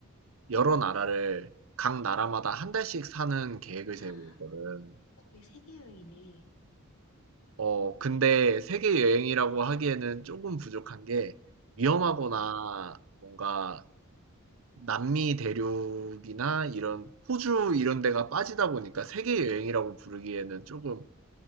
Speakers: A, on the right (about 65°); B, on the left (about 75°).
A: 여러 나라를 각 나라마다 한 달씩 사는 계획을
B: <gasps> 헉,
A: 세우고 있거든.
B: 거의 세계 여행이네.
A: 어, 근데 세계 여행이라고 하기에는 조금 부족한 게, 위험하거나
B: 응,
A: 뭔가 남미 대륙이나 이런 호주 이런 데가 빠지다 보니까 세계 여행이라고 부르기에는 조금